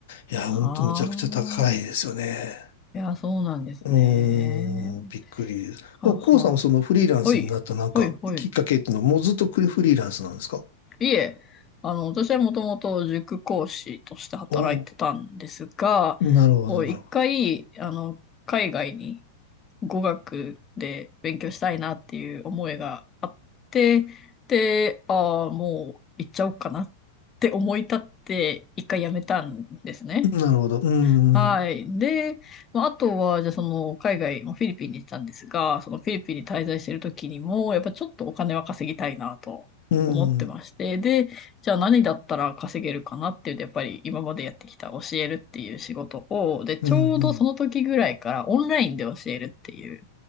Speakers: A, on the left; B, on the left.
A: いや、
B: ああ、
A: ほんとむちゃくちゃ高いですよね。
B: いや、そうなんですね。
A: うーん、びっくりです。
B: はあはあ。
A: でも、コウさんもそのフリーランスになったなんかきっかけっていうのはもうずっとクリフリーランスなんですか
B: ほい、ほい、ほい。いえ、あの、私はもともと塾講師として働いてたんですが、
A: おおー、なるほど、
B: こう、
A: なるほ
B: 一回、あの、海外に語学で勉強したいなっていう思いがあって、で、ああ、もう行っちゃおうかなって思い立って、一回辞めたんですね。
A: ど。なるほど。うん、
B: はい。で、まあ、あとは、じゃあその、海外、まあフィリピンに行ってたんですが、そのフィリピンに滞在してる時にも、やっぱちょっとお金は稼ぎたいなと思ってまして、
A: うーん、
B: で、じゃあ何だったら稼げるかなっていうと、やっぱり今までやってきた教えるっていう仕事を、で、ちょうどその時ぐらいからオンラインで教えるっていう
A: うーん、